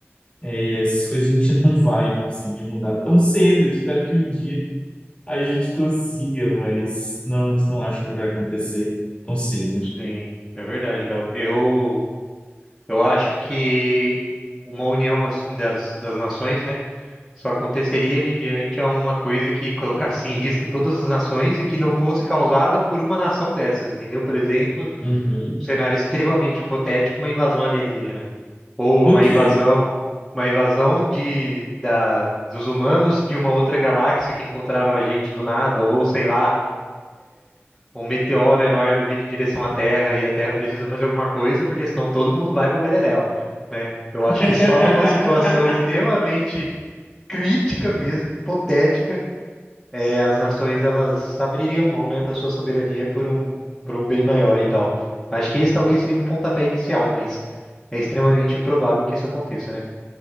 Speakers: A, on the left (about 25°); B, in the centre.
A: é, essas coisas a gente <laughs> não vai conseguir mudar tão cedo. Eu espero que um dia a gente consiga, mas não, não acho que vai acontecer tão cedo.
B: sim. É verdade, Léo. Eu, eu acho que uma união assim das, das nações, né? Só aconteceria mediante a uma coisa que colocasse em risco todas as nações e que não fosse causada por uma nação dessas, entendeu? Por exemplo,
A: Uhum.
B: cenário extremamente hipotético, uma invasão alienígena. Ou
A: Ok.
B: uma invasão, uma invasão de, da, dos humanos de uma outra galáxia que encontraram a gente do nada, ou sei lá, um meteoro enorme vindo em direção à Terra e a Terra precisa fazer alguma coisa, porque senão todo mundo vai pro beleléu, né? Eu acho
A: <laughs>
B: que só numa situação extremamente crítica mesmo, hipotética, é, as nações elas abririam mão, né, da sua soberania por um, por um bem maior e tal. Acho que esse talvez seria um pontapé inicial, mas é extremamente improvável que isso aconteça, né?